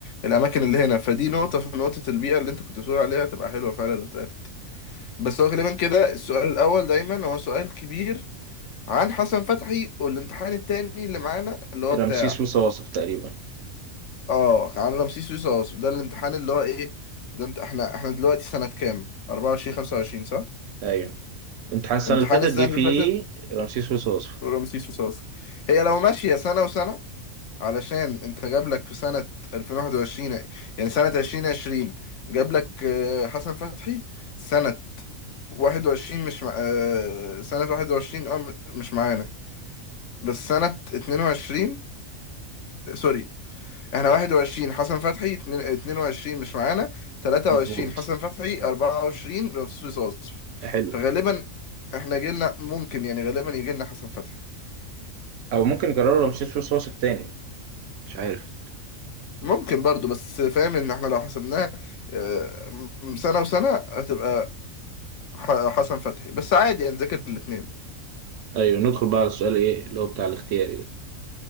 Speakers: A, on the left (about 65°); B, on the right (about 70°).
A: الاماكن اللي هنا فدي نقطة في نقطة البيئة اللي انت كنت بتقول عليها تبقى حلوة فعلا لو اتقالت بس هو غالبا كده السؤال الاول دايما هو سؤال كبير عن حسن فتحي والامتحان التاني اللي معانا اللي هو
B: رمسيس
A: بتاع
B: وصواصف تقريبا
A: اه عن رمسيس رصاص ده الامتحان اللي هو ايه ده انت احنا احنا دلوقتي سنة كام 24 25 صح
B: ايوه امتحان السنة
A: امتحان
B: اللي فاتت
A: السنة
B: جه فيه
A: اللي فاتت
B: رمسيس وصواصف
A: ورمسيس رصاص هي لو ماشية سنة وسنة علشان انت جاب لك في سنة 2021 يعني سنة 2020 جاب لك آه، حسن فتحي سنة 21 مش مع... آه، سنة 21 اه م- مش معانا بس سنة 22 سوري احنا 21 حسن فتحي اتنين- 22 مش معانا 23
B: مظبوط
A: حسن فتحي 24 رمسيس وصوصف
B: حلو
A: فغالبا احنا جيلنا ممكن يعني غالبا يجيلنا حسن فتحي
B: او ممكن يكرروا رمسيس وصواصف تاني مش عارف
A: ممكن برضو بس فاهم ان احنا لو حسبناه آه، م- سنة وسنة هتبقى ح- حسن فتحي بس عادي يعني نذاكر الاتنين
B: ايوه ندخل بقى على السؤال ايه اللي هو بتاع الاختياري ده